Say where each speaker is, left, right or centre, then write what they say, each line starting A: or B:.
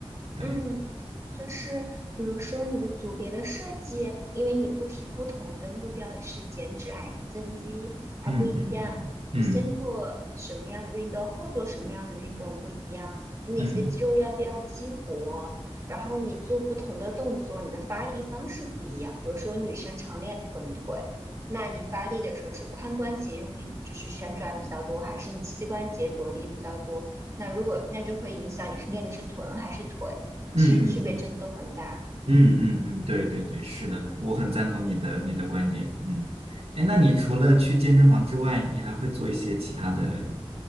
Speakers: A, on the right; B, on the right.
A: 对，
B: 嗯，就是比如说你的组别的设计，因为你不提不同的目标，你是减脂还是增肌，它不一样。
A: 嗯嗯嗯嗯
B: 你先做什么样的运动，后做什么样的运动不一样。你哪些肌肉要不要激活？
A: 嗯嗯
B: 然后你做不同的动作，你的发力方式不一样。比如说女生常练臀腿，那你发力的时候是髋关节用力，就是旋转比较多，还是你膝关节着力比较多？那如果那就会影响你是练的是臀还是腿。
A: 嗯嗯嗯
B: 其实区别真的都很大。
A: 嗯嗯嗯，对对对，是的，我很赞同你的你的观点。嗯，哎，那你除了去健身房之外，
B: 嗯，
A: 你还会做一些其他的